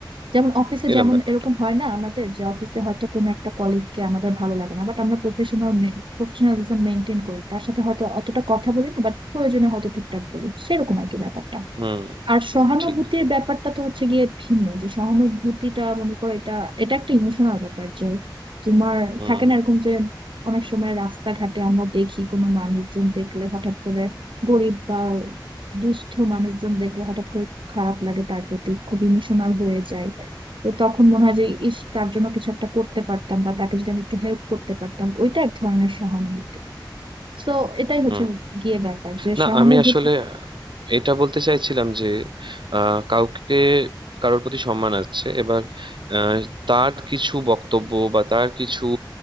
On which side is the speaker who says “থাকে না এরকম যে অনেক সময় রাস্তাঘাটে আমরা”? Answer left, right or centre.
Right